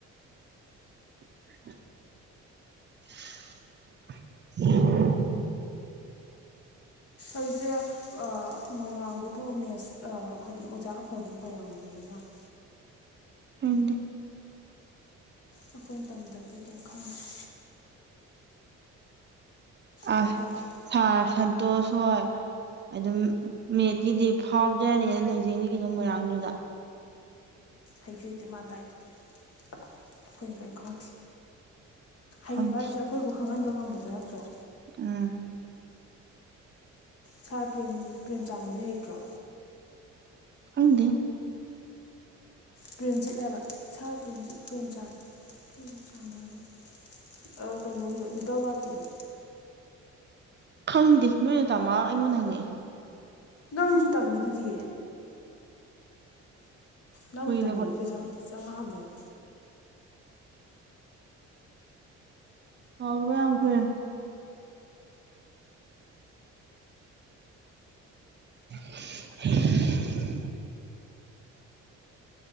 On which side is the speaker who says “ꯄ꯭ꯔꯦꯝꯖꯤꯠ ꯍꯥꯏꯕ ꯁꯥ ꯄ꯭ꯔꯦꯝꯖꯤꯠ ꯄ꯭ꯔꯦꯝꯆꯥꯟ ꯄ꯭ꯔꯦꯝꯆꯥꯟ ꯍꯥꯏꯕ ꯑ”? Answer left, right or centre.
Left